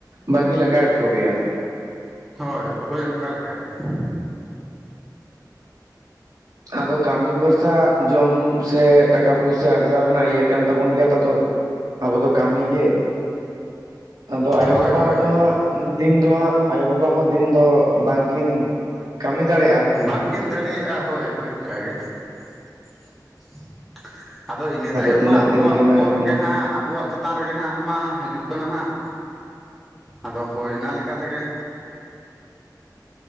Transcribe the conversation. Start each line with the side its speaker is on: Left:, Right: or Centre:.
Right: ᱵᱟᱜᱤ ᱞᱟᱜᱟᱣᱮᱫ ᱠᱚᱜᱮᱭᱟ ᱾
Centre: ᱦᱳᱭ ᱦᱳᱭ ᱚᱱᱠᱟ ᱞᱮ ᱞᱮᱠᱟ ᱜᱮ ᱾
Right: ᱟᱫᱚ ᱠᱟ. ᱢᱤ ᱵᱚᱨᱥᱟ ᱡᱚᱢ ᱥᱮ ᱴᱟᱠᱟ ᱯᱩᱭᱥᱟ ᱟᱨᱡᱟᱣ ᱨᱮᱱᱟᱜ ᱤᱭᱟᱹ ᱠᱟᱱ ᱛᱟᱵᱚᱱ ᱜᱮᱭᱟ ᱛᱚ ᱫᱚ ᱾ ᱟᱵᱚ ᱫᱚ ᱠᱟᱹᱢᱤ ᱜᱮ ᱟᱫᱚ ᱟᱭᱳ
Centre: ᱦᱳᱭ
Right: ᱵᱟᱵᱟ
Centre: ᱦᱳᱭ
Right: ᱫᱚ
Centre: ᱦᱳᱭ
Right: ᱦᱟᱸᱜ ᱾ ᱫᱤᱱ ᱫᱚ ᱦᱟᱸᱜ ᱟᱭᱳ ᱵᱟᱵᱟ ᱦᱚᱸ ᱫᱤᱱ ᱫᱚ ᱵᱟᱝᱠᱤᱱ ᱠᱟ. ᱢᱤ ᱫᱟᱲᱮᱜᱼᱟ ᱾
Centre: ᱵᱟᱝᱠᱤᱱ ᱫᱟᱲᱮᱭᱟᱜᱼᱟ ᱦᱳᱭ ᱦᱳᱭ ᱚᱸᱠᱟ ᱜᱮ ᱾ ᱟᱫᱚ ᱤᱱᱟᱹ ᱛᱟᱭᱚᱢ
Right: ᱛᱤᱱᱟᱹᱜ
Centre: ᱢᱟ ᱟᱵᱚᱣᱟᱜ
Right: ᱫᱤᱱ ᱠᱤᱱ
Centre: ᱩᱯᱚᱨ
Right: ᱦᱟᱸᱜ ᱠᱤᱱ
Centre: ᱜᱮ ᱦᱟᱸᱜ ᱟᱵᱚᱣᱟᱜ ᱪᱮᱫ ᱾ ᱪᱮᱛᱟᱱ ᱨᱮᱜᱮ ᱦᱟᱸᱜ ᱢᱟ ᱦᱤᱡᱩᱜ ᱠᱟᱱᱟ ᱦᱟᱸᱜ ᱟᱫᱚ ᱦᱳᱭ ᱚᱱᱟ ᱞᱮᱠᱟ ᱛᱮᱜᱮ ᱾